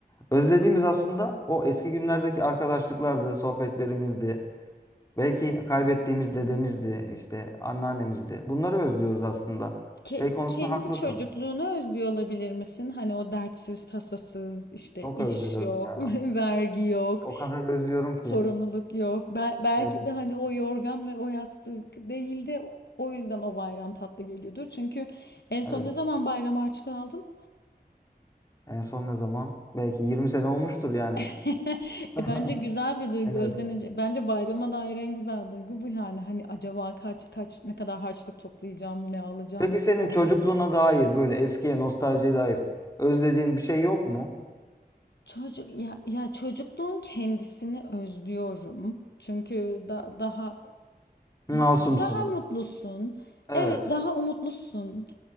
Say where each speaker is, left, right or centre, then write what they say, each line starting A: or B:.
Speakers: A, on the left; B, on the left.
A: Özlediğimiz aslında o eski günlerdeki arkadaşlıklardı, sohbetlerimizdi. Belki kaybettiğimiz dedemizdi, işte anneannemizdi. Bunları özlüyoruz aslında.
B: Ke-
A: Şey konusunda
B: kendi
A: haklısın.
B: çocukluğunu özlüyor olabilir misin? Hani o dertsiz, tasasız, işte
A: Çok
B: iş
A: özlüyorum
B: yok,
A: ya.
B: <laughs> vergi yok,
A: O kadar özlüyorum ki.
B: sorumluluk yok. Bel- belki
A: Evet.
B: de hani o yorgan ve o yastık değildi. O yüzden o bayram tatlı geliyordur. Çünkü en son
A: evet.
B: ne zaman bayram harçlığı aldın?
A: En son ne zaman? Belki 20 sene olmuştur yani.
B: <laughs>
A: <laughs>
B: E bence güzel bir duygu
A: Evet.
B: özlenecek. Bence bayrama dair en güzel duygu bu yani. Hani acaba kaç kaç ne kadar harçlık toplayacağım, ne alacağım
A: Peki
B: vesaire.
A: senin çocukluğuna dair böyle eskiye nostaljiye dair özlediğin bir şey yok mu?
B: Çocuk ya, ya çocukluğun kendisini özlüyorum. Çünkü da- daha
A: Masumsun.
B: nasıl diyeyim, daha mutlusun.
A: Evet.
B: Evet, daha umutlusun.